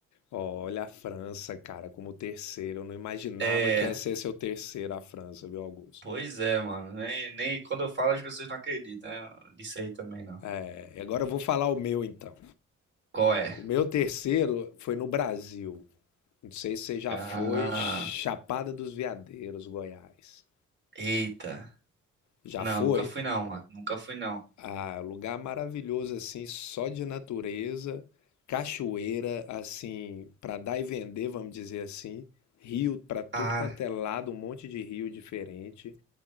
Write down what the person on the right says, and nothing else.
É,
pois é, mano. Nem, nem quando eu falo as pessoas não acreditam né, nisso aí também, não.
Qual é?
Ah,
eita.
Não,
nunca fui não, mano. Nunca fui não.
Ah,